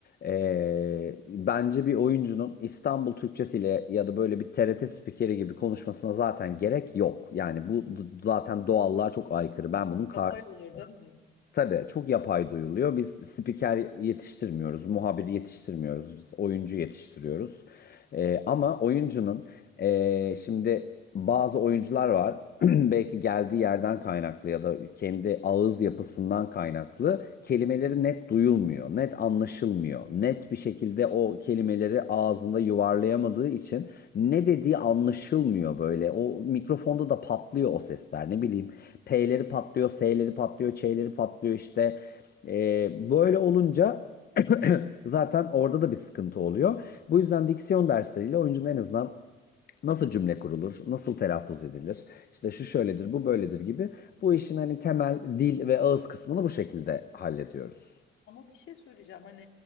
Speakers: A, on the left; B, on the left.
A: E, bence bir oyuncunun İstanbul Türkçesiyle ya da böyle bir TRT spikeri gibi konuşmasına zaten gerek yok. Yani bu d- zaten doğallığa çok aykırı. Ben bunun karşı.
B: Yapay olur değil mi?
A: Tabii çok yapay duyuluyor. Biz spiker yetiştirmiyoruz, muhabir yetiştirmiyoruz, biz oyuncu yetiştiriyoruz. Ee, ama oyuncunun ee, şimdi bazı oyuncular var. <clears throat> Belki geldiği yerden kaynaklı ya da kendi ağız yapısından kaynaklı kelimeleri net duyulmuyor, net anlaşılmıyor. Net bir şekilde o kelimeleri ağzında yuvarlayamadığı için ne dediği anlaşılmıyor böyle. O mikrofonda da patlıyor o sesler ne bileyim. P'leri patlıyor, S'leri patlıyor, Ç'leri patlıyor işte. Ee, böyle olunca <clears throat> Zaten orada da bir sıkıntı oluyor. Bu yüzden diksiyon dersleriyle oyuncunun en azından nasıl cümle kurulur, nasıl telaffuz edilir, işte şu şöyledir, bu böyledir gibi bu işin hani temel dil ve ağız kısmını bu şekilde hallediyoruz.
B: Ama bir şey söyleyeceğim hani